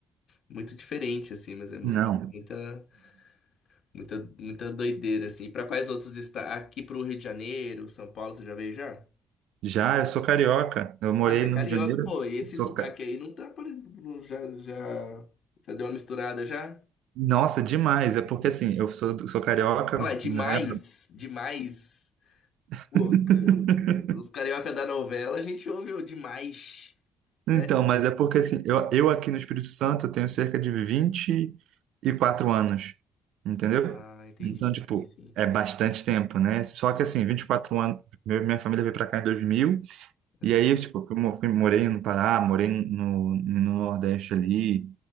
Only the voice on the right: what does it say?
não,
já, eu sou carioca, eu morei
no
Rio de Janeiro,
sou,
ca-
nossa, demais, é porque assim, eu sou, sou carioca,
né?
<laughs>
Então, mas é porque assim, eu, eu aqui no Espírito Santo eu tenho cerca de vinte e quatro anos, entendeu?
Então, tipo,
é bastante tempo, né? Só que assim, 24 anos, meu- minha família veio pra cá em 2000.
E aí, eu, tipo, fui, mo- fui- morei no Pará, morei no, no Nordeste ali,